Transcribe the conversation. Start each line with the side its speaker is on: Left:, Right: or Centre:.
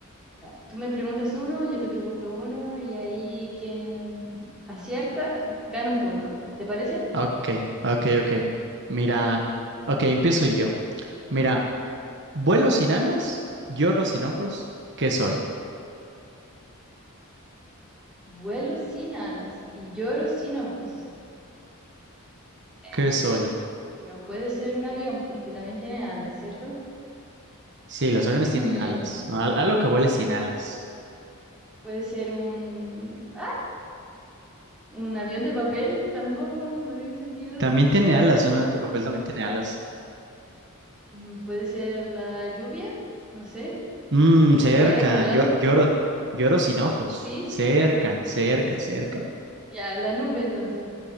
Centre: Ya. Tú me preguntas uno, yo te pregunto uno, y ahí quien acierta gana un punto. ¿Te parece?
Right: Ah, Ok, ok, ok. Mira, ok, empiezo yo. Mira, vuelo sin alas, lloro sin ojos, ¿qué soy?
Centre: Vuelo sin alas y lloro sin ojos. Eh,
Right: ¿Qué soy?
Centre: no puede ser un avión porque también tiene alas, ¿cierto?
Right: Sí, los aviones
Centre: mm,
Right: tienen alas. ¿no? Al- algo que vuele sin alas.
Centre: Puede ser un... ¡Ah! Un avión de papel, tampoco, no tiene sentido.
Right: También tiene alas, un avión de papel también tiene alas.
Centre: Mm, Puede ser la lluvia, no sé,
Right: Mmm,
Centre: como que
Right: cerca,
Centre: cae volando.
Right: Llo- lloro, lloro sin ojos.
Centre: Sí, sí.
Right: Cerca, cerca, cerca.
Centre: Ya, la nube entonces.